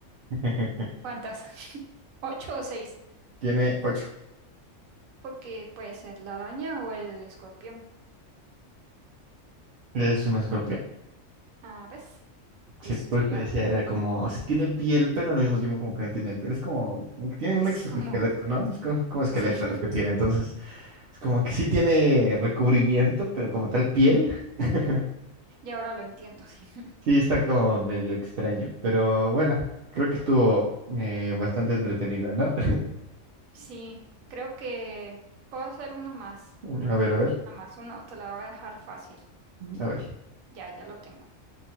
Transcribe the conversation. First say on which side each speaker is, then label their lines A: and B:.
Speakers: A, on the right; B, on the right.
A: <laughs>
B: ¿Cuántas? <laughs> ¿Ocho o seis?
A: Tiene ocho.
B: Porque puede ser la araña o el escorpión.
A: Es un escorpión.
B: Ah, ¿ves?
A: Sí,
B: Listo,
A: por eso
B: ya.
A: te decía,
B: lo-
A: era como, si tiene piel, pero al mismo tiempo como que no tiene piel. Es como, como que tiene
B: Es
A: un exoesqueleto,
B: como
A: ¿no? Es como, como esqueleto
B: así. <laughs>
A: lo que tiene. Entonces, es como que sí tiene recubrimiento, pero como tal piel. <laughs>
B: Y ahora lo entiendo, sí. <laughs>
A: Sí, está como medio extraño. Pero bueno, creo que estuvo eh, bastante entretenida, ¿no?
B: Sí, creo que puedo hacer una más.
A: <laughs> A ver, a ver,
B: Una más, una, te la voy a dejar fácil.
A: a ver.
B: Ya, ya lo tengo.